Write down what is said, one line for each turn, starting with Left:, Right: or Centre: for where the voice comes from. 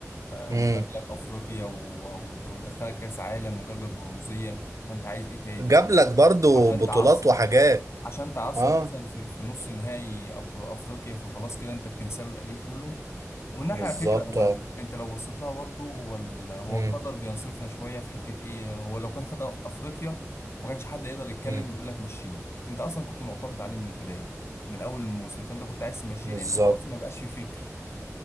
Left: ف- وجاب
Right: امم
Left: لك افريقيا و- و- ودخلك كاس عالم وجاب لك برونزية فانت عايز ايه تاني
Right: جاب لك برضو
Left: عشان
Right: بطولات
Left: تعصر
Right: وحاجات
Left: عشان تعثر
Right: اه
Left: مثلا في في نص نهائي أف- افريقيا فخلاص كده انت بتنسى له القديم كله ومن ناحيه
Right: بالظبط
Left: على فكره هو ال... انت لو بصيت لها برضه هو ال... هو
Right: اه
Left: القدر بينصفنا شويه في حته ايه هو لو كان خد أف- افريقيا ما كانش حد يقدر يتكلم
Right: مم.
Left: ويقول لك مشيه انت اصلا كنت معترض عليه من البدايه من اول الموسم فانت كنت عايز تمشيه
Right: بالظبط
Left: لانه خلاص ما بقاش في فكر